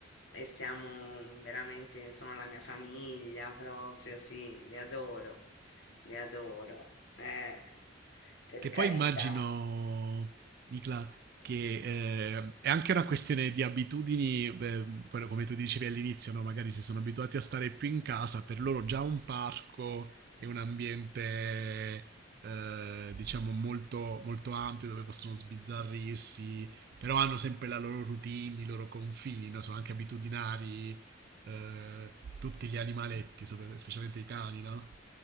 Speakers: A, on the left; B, on the right.
A: e siamo veramente, sono la mia famiglia proprio, sì, li adoro, li adoro,
B: sì.
A: eh, per
B: Che
A: carità.
B: poi immagino, Nicla, che eh, è anche una questione di abitudini, beh, quello- come tu dicevi all'inizio, no? Magari se sono abituati a stare più in casa, per loro già un parco è un ambiente, eh, diciamo, molto, molto ampio dove possono sbizzarrirsi, però hanno sempre la loro routine, i loro confini, no? Sono anche abitudinari, eh, tutti gli animaletti, sopra- specialmente i cani, no?